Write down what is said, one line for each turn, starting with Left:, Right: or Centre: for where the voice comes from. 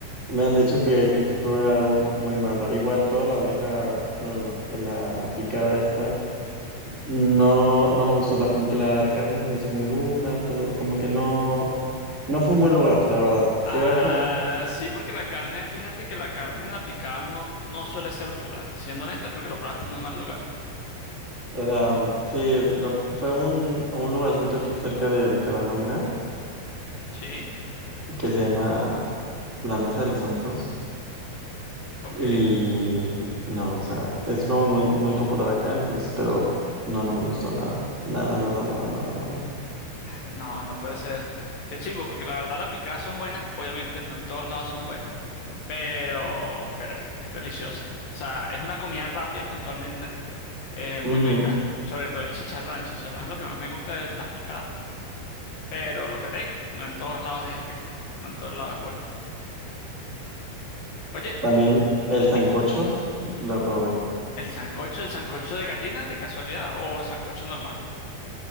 Right: me han dicho que, que sí probé algo muy malo. Igual, toda la bandeja, no, no, no, la picada esta. No, no me gustó la, como que la carne se me hizo muy dura, todo, como que no, no fue un buen lugar, la verdad.
Left: Ah,
Right: Fue a como,
Left: sí, porque la carne, fíjate que la carne en la picada no, no suele ser dura. Siendo honesta, creo que lo probaste en un mal lugar.
Right: o sea, sí, lo- fue un, a un lugarcito aquí cerca de Bucaramanga
Left: Sí,
Right: que se llama La Mesa de los Santos
Left: ok.
Right: y no, o sea, es como muy, muy popular acá, entonces, pero no, no me gustó nada, nada, nada, nada, nada, nada.
Left: No, no puede ser. Qué chimbo, porque la verdad las picadas son buenas. Obviamente no en todos lados son buenos, pero, pero es, es deliciosa. O sea, es una comida rápida puntualmente, eh, muy
Right: Ujú.
Left: rica. Sobre todo el chicharrón. El chicharrón es lo que más me gusta de las picadas, pero lo que te digo, no en todos lados es rico, no en todos lados es bueno.
Right: <laughs>
Left: Oye,
Right: También el sancocho
Left: ¿sí?
Right: lo probé.
Left: ¿El sancocho, el sancocho de gallina de casualidad o el sancocho normal?